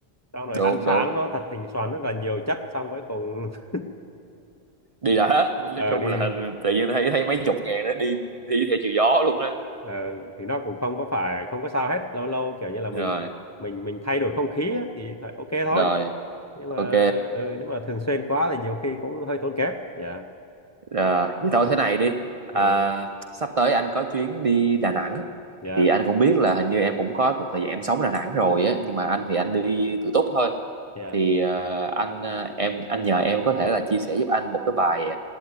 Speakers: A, on the left; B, on the right.
A: xong rồi
B: Đúng
A: ăn sáng
B: đúng.
A: nó thật thỉnh xoắn rất là nhiều chất xong cuối cùng <laughs>
B: Đi đã hết, nói
A: ờ
B: chung
A: đi
B: là tự nhiên thấy thấy mấy chục ngàn nó đi đi theo chiều gió luôn đó.
A: ờ, thì nó cũng không có phải không có sao hết lâu lâu kiểu như là mình
B: Rồi,
A: mình mình thay đổi không khí á, thì phải ok thôi
B: rồi,
A: nhưng
B: ok.
A: mà ừ, nếu mà thường xuyên quá thì nhiều khi cũng hơi tốn kém dạ
B: Ờ, vậy thôi thế này đi à,
A: ừ
B: sắp tới anh có chuyến đi Đà Nẵng
A: dạ
B: thì anh cũng biết là hình như em cũng có một thời gian em sống Đà Nẵng rồi á nhưng mà anh thì anh đi tự túc thôi
A: Dạ.
B: thì ờ, anh ờ, em anh nhờ em có thể là chia sẻ giúp anh một cái bài